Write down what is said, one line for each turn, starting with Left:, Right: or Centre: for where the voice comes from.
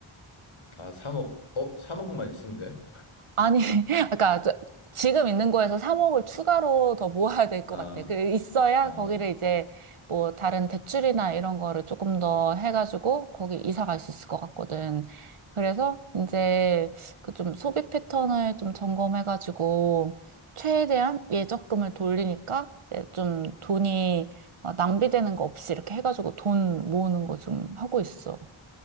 Left: 아, 3억, 어, 3억만 있으면 돼?
Right: 아니, <laughs> 그러니까 저- 지금 있는 거에서 3억을 추가로 더 모아야 될 것
Left: 아,
Right: 같아. 그 있어야
Left: 아,
Right: 거기를 이제 뭐 다른 대출이나 이런 거를 조금 더 해가지고 거기 이사 갈 수 있을 것 같거든. 그래서 이제 그 좀 소비 패턴을 좀 점검해가지고 최대한 예적금을 돌리니까 이제 좀 돈이 막 낭비되는 거 없이 이렇게 해가지고 돈 모으는 거 좀 하고 있어.